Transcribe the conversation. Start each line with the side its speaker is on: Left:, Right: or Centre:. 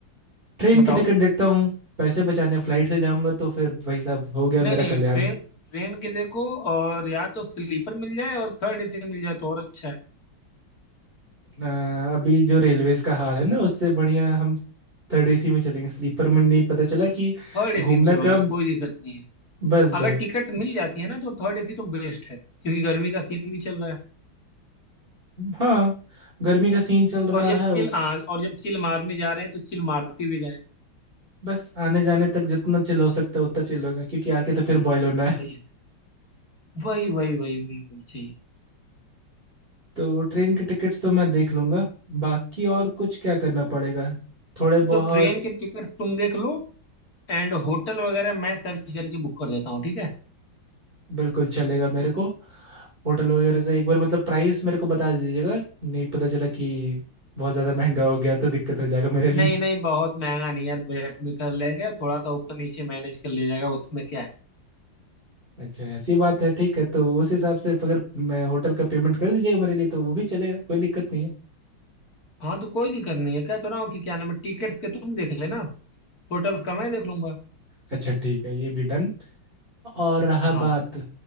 Right: ट्रेन
Left: बताओ
Right: की टिकट देखता हूँ पैसे बचाने फ्लाइट से जाऊंगा तो फिर भाई साहब हो गया
Left: नहीं
Right: मेरा
Left: नहीं
Right: कल्याण
Left: ट्रेन ट्रेन के देखो और या तो स्लीपर मिल जाए और थर्ड एसी मिल जाए तो और अच्छा है
Right: अ, अभी जो रेलवेज का हाल है ना उससे बढ़िया हम थर्ड एसी में चलेंगे स्लीपर में नहीं पता चला कि
Left: थर्ड एसी
Right: घूमना
Left: में चलो
Right: कब
Left: यार कोई दिक्कत नहीं है
Right: बस
Left: अगर
Right: बस
Left: टिकट मिल जाती है ना तो थर्ड एसी तो बेस्ट है क्योंकि गर्मी का सीन भी चल रहा है
Right: हाँ गर्मी का सीन चल रहा
Left: और जब
Right: है वो
Left: चिल आ, और जब चिल मारने जा रहे हैं तो चिल मारते हुए जाएं
Right: बस आने जाने तक जितना चिल हो सकता है उतना चिल होगा क्योंकि आके तो फिर बॉयल होना है
Left: वही है वही वही वही वही वही चाहिए
Right: तो ट्रेन के टिकट्स तो मैं देख लूंगा बाकी और कुछ क्या करना पड़ेगा थोड़े
Left: तो
Right: बहुत
Left: ट्रेन के टिकट्स तुम देख लो एंड होटल वगैरह मैं सर्च करके बुक कर देता हूँ ठीक है
Right: बिल्कुल चलेगा मेरे को होटल वगैरह का एक बार मतलब प्राइस मेरे को बता दीजिएगा नहीं पता चला कि बहुत ज़्यादा महंगा हो गया तो दिक्कत हो जाएगा मेरे लिए
Left: नहीं नहीं बहुत महंगा नहीं यार बजट में कर लेंगे थोड़ा सा ऊपर नीचे मैनेज कर लिया जाएगा उसमें क्या है
Right: अच्छा ऐसी बात है ठीक है तो उस हिसाब से अगर मैं होटल का पेमेंट कर दीजिएगा मेरे लिए तो वो भी चलेगा कोई दिक्कत नहीं है
Left: हाँ तो कोई दिक्कत नहीं है कहता रहा हूँ कि क्या नाम है टिकट्स के तुम देख लेना होटल्स का मैं देख लूंगा
Right: अच्छा ठीक है ये भी डन और रहा
Left: हाँ
Right: बात